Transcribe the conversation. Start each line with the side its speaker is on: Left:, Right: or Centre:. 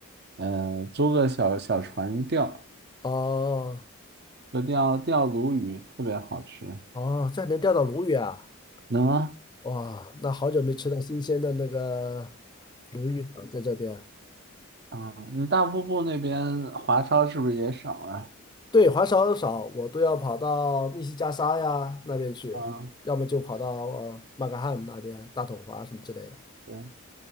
Right: 呃租个小小船钓，
Left: 哦
Right: 就钓钓鲈鱼，特别好吃。
Left: 哦，这还能钓到鲈鱼啊！
Right: 能啊，
Left: 哇，那好久没吃到新鲜的那个鲈鱼了，在这边。
Right: 嗯，你大瀑布那边华超是不是也少啊？
Left: 对，滑少少，我都要跑到密西加沙呀那边去，
Right: 嗯，
Left: 要么就跑到呃马克汉姆那边大统华什么之类的。
Right: 对，